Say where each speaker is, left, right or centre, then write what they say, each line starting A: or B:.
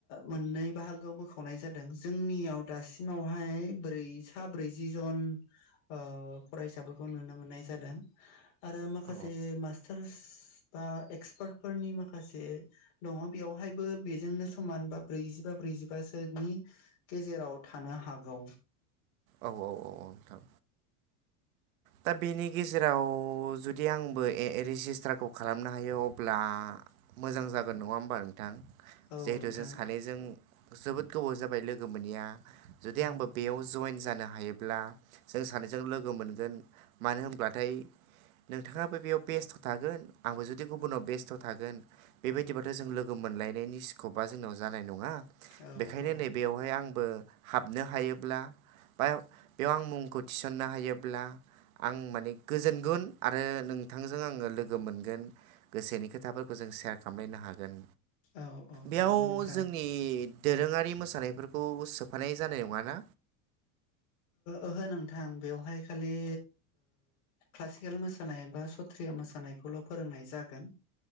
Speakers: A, on the left; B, on the right.
A: मोननै बाहागोआव बोखावनाय जादों जोंनियाव दासिमावहाय ब्रै सा ब्रैज ब्रैजि जन ओ फरायसाफोरखौ नुनो मोननाय जादों आरो माखासे
B: औ
A: मास्टारस बा एक्सपार्ट फोरनि माखासे दङ बेवहायबो बेजोंनो समान बा ब्रैजिबा ब्रैजिबासोनि गेजेराव थानो हागौ।
B: औ औ औ नोंथां दा बेनि गेजेराव जुदि आंबो रेजिस्टारखौ खालामनो हायो अब्ला मोजां जागोन नङा होमबा नोंथां।
A: औ
B: जिहेथु
A: नोंथां
B: जों सानैजों जोबोद गोबाव जाबाय लोगो मोनैया जुदि
A: औ
B: आंबो बेयाव जइेन जानो हायोब्ला जों सानैजों लोगो मोनगोन मानो होनब्लाथाय नोंथाङाबो बेयाव बेस्टआव थागोन आंबो जुदि गुबुनाव बेस्टआव थागोन बेबायदिबाथ' जों लोगो। मोनलायनायनि स्कपा जोंनाव जानाय नङा।
A: औ
B: बेखायनो
A: औ
B: नैबेयावहाय आंबो हाबनो हायोब्ला बा बेयाव आं मुंखौ थिसननो हायोब्ला आं माने गोजोनगोन आरो नोंथांजों आङो लोगो मोनगोन गोसोनि खोथाफोरखौ जों सेयार खालामलायनो हागोन
A: औ औ
B: बेयाव
A: नंगौ नोंथां
B: जोंनि दोरोङारि मोसानायफोरखौ सोफानाय जानाय नङाना
A: ओहो नोंथां बेवहाय खालि क्लासिकेल मोसानाय बा सत मोसानायखौल' फोरोंनाय जागोन